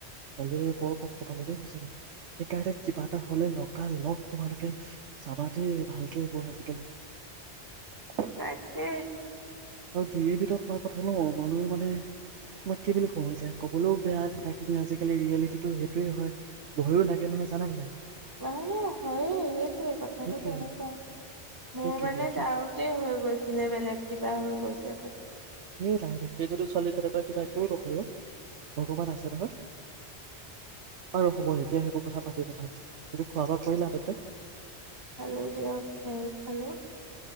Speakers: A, on the right; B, on the right.
A: মজে পৰ কষ্ট পালে দেই সঁচাকে। সেইকাৰণে কিবা এটা হলে লগা লগ তোমালোকে চাবা দেই । ভালকে পঢ়া আজিকালি ।
B: তাকে
A: আৰু ডিঙিৰ ভিতৰত হোৱা কথা ন । মানুহে মানে তোমাক কি বুলি কওঁ, এতিয়া কবলৈও বেয়া কথাখিনি আজিকালি ৰিয়েলিটিটো সেইটোৱেই হয়, ভয়ো লাগে নহয় জানা নে নাই?
B: অ হয়ে এইটোৱে কথাটো
A: সেইটোৱে
B: তেনেকুৱাই । মোৰ
A: সেইটোৱে
B: মানে
A: এতিয়া
B: ডাউতে হৈ গৈছে । ছিলে বেলেগ কিবা হৈ গৈছে বোলি <unintelligible>
A: এ লাহে লাহে সেই যদি ছোৱালী তেনেকুৱা কিবা একো নকয় অও ভগৱান আছে । হত <unintelligible> আৰু সময় এতিয়া সেইবোৰ কথা পাতি নাথাকে । তুমি খোৱা বোৱা কৰিলা তেন্তে
B: খালো যিহক সে খালোঁ